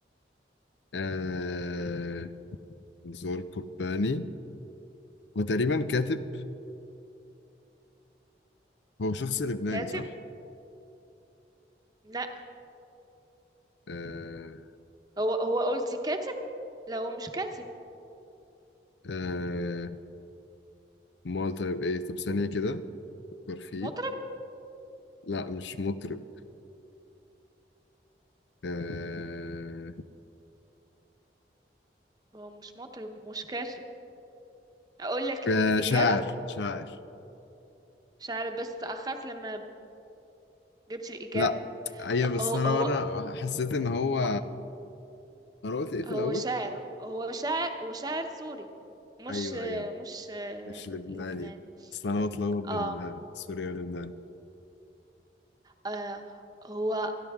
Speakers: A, on the left; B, on the right.
A: آه زور قباني هو تقريبا كاتب هو شخص لبناني
B: كاتب
A: صح؟
B: لا
A: آه
B: هو هو قلت كاتب لا هو مش كاتب
A: آه امال طيب ايه طب ثانية كده فكر فيه
B: مطرب
A: لا مش مطرب آه...
B: هو مش مطرب مش كاتب اقول لك الج-
A: آه،
B: الاجابه
A: شاعر شاعر
B: مش عارف بس تاخرت لما جبت الاجابه
A: لا ايوه بس
B: هو
A: انا
B: هو
A: انا حسيت ان هو
B: هو
A: انا قلت ايه في
B: هو
A: الاول
B: شاعر هو شاعر هو شاعر سوري مش
A: ايوه
B: آه،
A: ايوه
B: مش آه،
A: مش لبناني
B: لبناني
A: اصل انا بتلخبط بين
B: اه
A: سوريا ولبنان
B: آه، هو